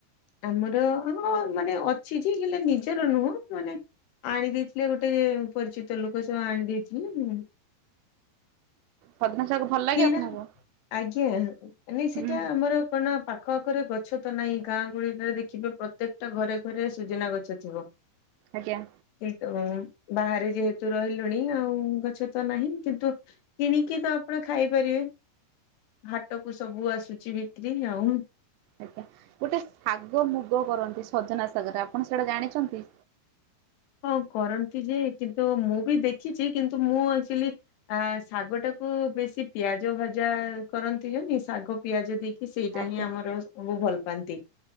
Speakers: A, on the left (about 80°); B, on the right (about 85°).
A: ଆମର ଆମର ମାନେ ଅଛି ଯେ ହେଲେ ନିଜର ନୁହଁ ମାନେ। ଆଣି ଦେଇଥିଲେ ଗୋଟେ ଯେ ପରିଚିତ ଲୋକ ସେ ଆଣି ଦେଇଥିଲେଁ।
B: ସଜନା ଶାଗ। ଭଲ ଲାଗେ
A: କିଣା
B: ଆପଣଙ୍କୁ?
A: ଆଜ୍ଞା ନାଇ ସେଟା
B: ହୁଁ।
A: ଆମର କଣ। ପାଖ ଆଖରେ ଗଛ ତ ନାହିଁ ଗାଁ ଗୁଡିକରେ ଦେଖିବେ ପ୍ରତ୍ୟେକ ଟା ଘରେ ଘରେ ସୁଜୁନା ଗଛ ଥିବ। <inaudible>
B: ଆଜ୍ଞା।
A: କିନ୍ତୁ ବାହାରେ ଯେହେତୁ ରହିଲୁଣି ଆଉ ଗଛ ତ ନାହିଁ କିନ୍ତୁ। କିଣିକି ତ ଆପଣ ଖାଇପାରିବେ ହାଟ କୁ ସବୁ ଆସୁଛି ବିକ୍ରି ଆଉ।
B: ଆଜ୍ଞା। ଗୋଟେ ଶାଗ, ମୁଗ କରନ୍ତି ସଜନା ସାଗରେ। ଆପଣ ସେଇଟା ଜାଣିଚନ୍ତି?
A: ହଁ କରନ୍ତି ଯେ କିନ୍ତୁ ମୁଁ ବି ଦେଖିଛି କିନ୍ତୁ ମୁଁ ଆକଚୁଲି। ଆ ଶାଗ ଟାକୁ ବେଶୀ ପିଆଜ ଭଜା କରନ୍ତି <unintelligible> ଶାଗ। ପିଆଜ ଦେଇକି ସେଇଟା
B: ଆଜ୍ଞା।
A: ହିଁ ଆମର। ଉଁ ଭଲ ପାଆନ୍ତି